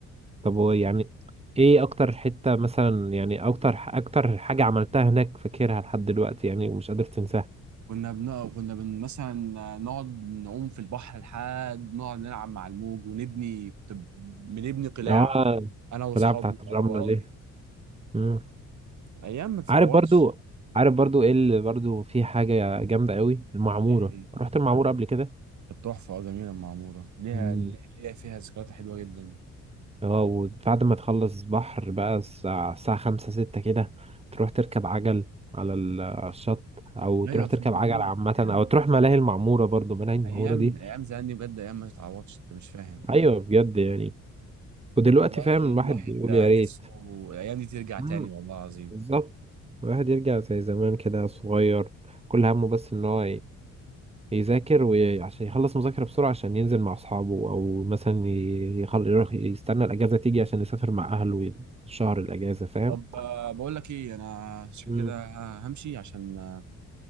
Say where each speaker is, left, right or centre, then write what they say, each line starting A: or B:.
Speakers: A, on the right; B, on the right.
A: طب هو يعني ايه اكتر حتة مثلا يعني اكتر اكتر حاجة عملتها هناك فاكرها لحد دلوقتي يعني ومش قادر تنساها
B: كنا بن... كنا بن... مثلا نقعد نعوم في البحر لحد نقعد نلعب مع الموج ونبني كنت ب- بنبني قلاع
A: اه
B: انا واصحابي
A: القلاع بتاعت الرملة
B: انا وقرايبي
A: دي مم.
B: ايام ما تتعوضش
A: عارف برضو عارف برضو ايه اللي برضو في حاجة جامدة قوي المعمورة
B: إيه، إيه.
A: رحت المعمورة قبل كده
B: كانت تحفه اه جميله معموره ليها
A: مم.
B: ليها فيها ذكريات حلوه جدا
A: اه وبعد ما تخلص بحر بقى الساعة الساعة خمسة ستة كده تروح تركب عجل على ال- على الشط او تروح
B: ايوه
A: تركب
B: فاهم
A: عجل
B: ايوه
A: عامة
B: ايام
A: او
B: والله.
A: تروح ملاهي المعمورة برضو ملاهي المعمورة
B: ايام
A: دي
B: ايام زمان دي بجد ايام ما تتعوضش انت مش فاهم
A: ايوه بجد يعني ودلوقتي
B: والله
A: فاهم الواحد
B: الواحد
A: بيقول
B: ده
A: يا ريت
B: نفسه الايام دي ترجع
A: مم،
B: تاني والله العظيم
A: بالظبط الواحد يرجع زي زمان كده صغير كل همه بس ان هو ي- يذاكر وعشان يخلص مذاكرة بسرعة عشان ينزل مع اصحابه او مثلا ي- يخل... يروح يستنى الاجازة تيجي عشان يسافر مع اهله شهر الاجازة فاهم
B: طب آه، بقول لك ايه انا شوف
A: مم،
B: كده آه، همشي عشان آه،